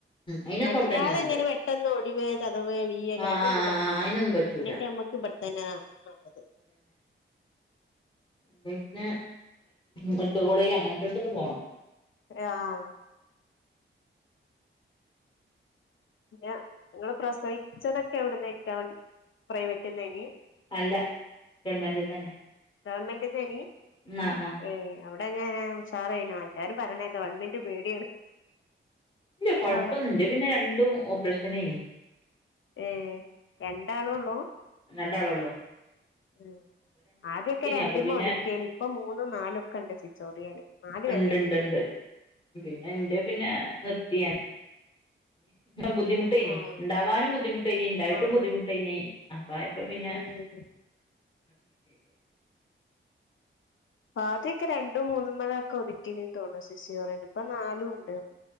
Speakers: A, on the left; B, on the left.
A: അയിനൊക്കെ
B: അല്ലാതെ
A: അവിടെന്നെ നല്ലേ
B: അങ്ങനെ പെട്ടെന്ന് ഒടിവ് ചതവ് വീ്യൽ
A: ആ
B: അതിനൊന്നും
A: ആ ആ
B: പറ്റൂല
A: അയിനൊന്നും പറ്റൂല
B: എന്നിട്ട് അമ്മക്ക് തന്ന നല്ലത്
A: പിന്ന മെഡിക്കൽ കോളേജ് അങ്ങനത്തൊക്കെ പോണം
B: ആഹ് പിന്നെ നിങ്ങള് പ്രസവിച്ചതൊക്കെ എവിടുന്ന പ്രൈവറ്റന്നേനി
A: അല്ല ഗവൺമെന്റിന്ന് തന്നെ
B: ഗവൺമെന്റിന്നേനി
A: ആ ആ
B: ഏ അവിടെ എങ്ങനെ ഉഷാറയിനോ എല്ലാരും പറണേക്കാ ഗവൺമെന്റ് പേടിയാണ്
A: ഇല്ല കൊഴപ്പൊന്നും
B: അവിടെ
A: ഇല്ല പിന്നെ രണ്ടു ഓപ്രശ്നേന്
B: ഏ രണ്ടാളെ ഉള്ളൂ
A: രണ്ടാളോള്ളൂ
B: ഉം ആദ്യൊക്കെ രണ്ടിമ്മ
A: അപ്പൊ പിന്നെ
B: ഒതുക്കിയന് ഇപ്പൊ മൂന്നും നാലൊക്കെ ഉണ്ട് സിസേറിയൻ നാല്
A: ഇണ്ട്
B: വരെ
A: ഇണ്ട്
B: ഉണ്ട്
A: ഇണ്ട് പിന്നെ എന്റെ പിന്നെ നിർത്തിയ- ബുദ്ധിമുട്ടേനി
B: ആഹ്
A: ഉണ്ടാവാനും ബുദ്ധിമുട്ടേനി ഇ ണ്ടായിട്ടും
B: ആഹ്
A: ബുദ്ധിമുട്ടേനി അപ്പ ഇപ്പ പിന്നെ
B: ഉം
A: <unintelligible>
B: ആ ആദ്യൊക്കെ രണ്ടും മൂന്നും മഴൊക്കെ ഒതുക്കിണ് ട്ടോ സിസേറിയൻ ഇപ്പൊ നാലും ഉണ്ട്